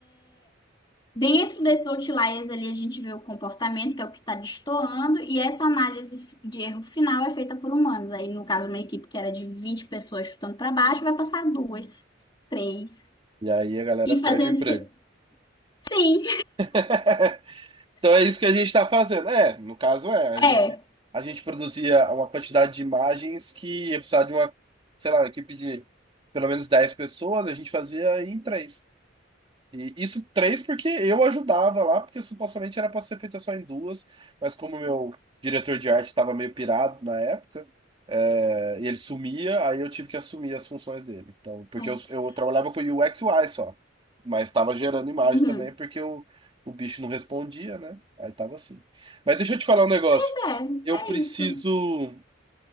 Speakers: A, on the left; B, on the right.
A: dentro desses outliers ali, a gente vê o comportamento, que é o que está destoando, e essa análise f- de erro final é feita por humanos. Aí, no caso, uma equipe que era de 20 pessoas chutando para baixo, vai passar duas, três.
B: E aí a galera
A: E
B: perde
A: fazendo.
B: o emprego.
A: se- Sim,
B: <laughs> Então é isso que a gente está fazendo. É, no caso é, a
A: é.
B: gente, a gente produzia uma quantidade de imagens que ia precisar de uma, sei lá, uma equipe de pelo menos 10 pessoas, a gente fazia em três. E isso três porque eu ajudava lá, porque supostamente era para ser feita só em duas, mas como meu diretor de arte estava meio pirado na época, é, e ele sumia, aí eu tive que assumir as funções dele. Então, porque
A: é.
B: eu, eu trabalhava com UX e UI só, mas estava gerando imagem
A: Uhum.
B: também porque eu, o bicho não respondia, né? Aí tava assim. Mas deixa eu te falar um negócio.
A: Pois é,
B: Eu
A: é
B: preciso,
A: isso.